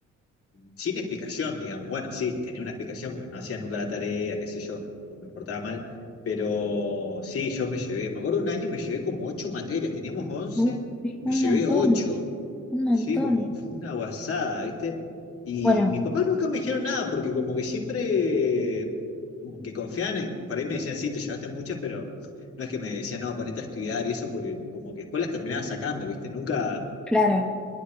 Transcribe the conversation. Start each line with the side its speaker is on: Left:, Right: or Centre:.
Left: sin explicación, digamos. Bueno, sí, tenía una explicación porque no hacía nunca la tarea, qué sé yo, o me portaba mal. Pero sí, yo me llevé, me acuerdo un año me llevé como ocho materias, teníamos once,
Centre: Uh, sí,
Left: me
Centre: Un
Left: llevé
Centre: montón,
Left: ocho,
Centre: un montón.
Left: sí, como fue una guasada, ¿viste? Y
Centre: Bueno,
Left: mis papás nunca me dijeron nada porque como que siempre, como que confiaban, en- por ahí me decían, sí, te llevaste muchas, pero no es que me decían, no, ponete a estudiar y eso, porque como que después las terminaba sacando, ¿viste? Nunca
Centre: claro,